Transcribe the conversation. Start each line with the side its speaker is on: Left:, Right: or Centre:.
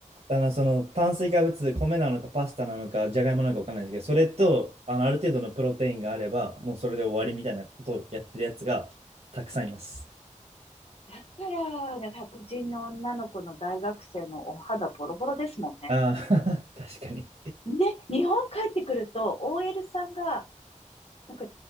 Right: あの、その炭水化物、米なのかパスタなのか、じゃがいもなのかわかんないですけど、それと、あの、ある程度のプロテインがあれば、もうそれで終わりみたいなことをやってるやつがたくさんいます。
Left: だから、ね、白人の女の子の大学生のお肌ボロボロですもんね。
Right: ああ、<laughs> 確かに。
Left: ね、日本帰ってくると、OL さんが、なんか、